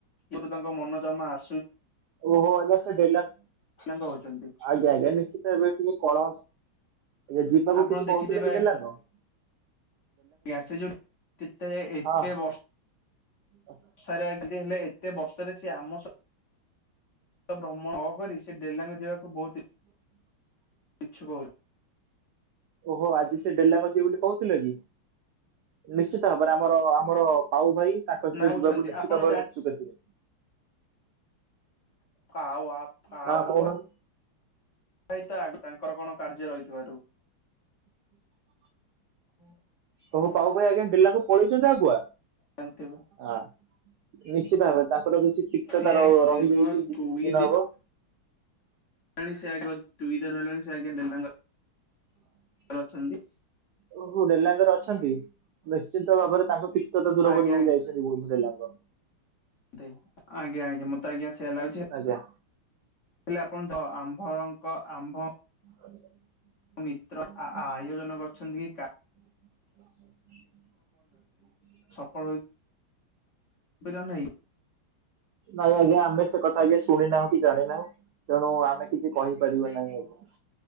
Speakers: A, on the left; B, on the right.
A: ମୋଟେ ତାଙ୍କ ମନ ଜମା ଆସ୍‌
B: ଓହୋ ଆଜ୍ଞା ସେ ଦେଲାଣି
A: ତାଙ୍କ ହଉଛନ୍ତି
B: ଆଜ୍ଞା ଆଜ୍ଞା ନିଶ୍ଚିତ୍ ଏବେ ଟିକେ କଳା ଏବେ ଯିିବାକୁୁ
A: ଆପଣ
B: କିଛି
A: ଦେଖିଥିବେ
B: କହୁଥିଲେ ଦିଦି ନା କଁ?
A: ମ୍ୟାସେଜ୍ ଯାେଉ ଠିକ୍ ତାଏ ଏକେ
B: ହଁ
A: ବର୍
B: <inaudible>
A: ସାରେ ଆଜି ଟିଏ ହେଲେ ଏତେ ବର୍ଷରେ ସେ ଆମ ସ ତ ଭ୍ରମ ନ କରି ସେ ଡେଲାଙ୍ଗ ଯିବାକୁ ବହୁତ ଇ
B: ହୁଁ ହ <inaudible>
A: ପିଛୁ କହୁ
B: ଓହୋ ଆଜି ସେ ଡେଲାଙ୍ଗ ଯିବ ବୋଲି କହୁଥିଲା କି? ନିଶ୍ଚିତ ହାବରେ ଆମର ଆମର ପାଉ ଭାଇ ତାଙ୍କ ସହିତ
A: ନା ହଉଛନ୍ତି
B: ଯିବାକୁ ନିଶ୍ଚିତ
A: ଆପଣ
B: ଭାବରେ ଉତ୍ସୁକ ଥିଲେ।
A: ଫାଉଆ ଫାଉଆ।
B: ହଁ କହୁନାହାନ୍ତି
A: ହଇତା ଆଗୁ ତାଙ୍କର କଣ କାର୍ଯ୍ୟ ରହିଥିବାରୁ।
B: ହୁଁ <inaudible>
A: ହୁଁ।
B: ତମ ପାଉ ଭାଇ ଆଜ୍ଞା ଡେଲାଙ୍ଗ ପଳେଇଚନ୍ତି ଆଗୁଆ
A: ଜାନ୍ ଥିବ।
B: ଆ ନିଶ୍ଚିତ ହାବରେ ତାଙ୍କର କିଛି ପିକଚଟା
A: ସିଏ ଆଗ
B: ର
A: ଦୀର୍ଘ
B: ରହିଯାଇଛି ଏ ବେ
A: ଦୁଇ
B: କିଛି ଦିନ ହବ।
A: <unintelligible>
B: ଓ ହ
A: ଘରେ ଅଛନ୍ ଟି?
B: ଓ ହୋ ଡେଲାଙ୍ଗରେ ରେ ଅଛନ୍ତି ନିଶ୍ଚିନ୍ତ ଭାବରେ ତାଙ୍କୁ ଟି ସେତ ଦୂର
A: ଆଜ୍ଞା
B: କରିବାକୁ ଯାଇଛନ୍ତି ବଉଧୁ ଡେଲାଙ୍ଗ।
A: ଦେ ଆଜ୍ଞା ଆଜ୍ଞା ମତେ ଆଜ୍ଞା ସେୟା ଲାଗୁଛି।
B: ଆଜ୍ଞା।
A: ହେଲେ ଆପଣ ଜ ଆମ୍ଭଙ୍କ ଆମ୍ଭ।
B: <inaudible>
A: ମିତ୍ର ଆୟୋଜନ କରିଛନ୍ତି କି
B: <inaudible>
A: ଫଳ ହେଇ ପିରା ନାହି।
B: ନାଇଁ ଆଜ୍ଞା ଆମେ ସେ କଥା ଆଜ୍ଞା ଶୁଣିନାହୁଁ କି ଜାଣିନାହୁଁ। ତେଣୁ ଆମେ କିଛି କହିପାରିବା ନାହିଁ ଆଜ୍ଞା।